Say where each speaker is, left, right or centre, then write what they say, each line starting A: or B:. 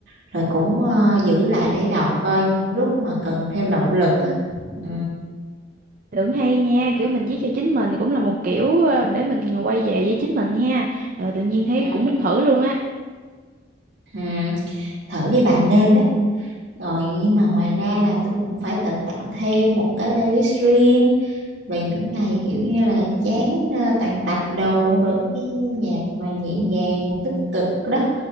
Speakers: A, on the right (about 80°); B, on the right (about 45°).
A: rồi cũng ờ, giữ lại để đọc coi những lúc mà cần thêm động lực á ừ,
B: Tưởng hay nha, kiểu mình viết cho chính mình cũng là một kiểu ờ, để mình quay về với chính mình ha. Ờ, tự nhiên thấy
A: ừ,
B: cũng muốn thử luôn á.
A: ừ. thử đi bà nên đó rồi nhưng mà ngoài ra là tôi cũng phải tự tạo thêm một cái playlist riêng Vậy những ngày kiểu như là chán ờ, toàn tập đồ rồi mấy cái nhạc mà nhẹ nhàng tích cực đó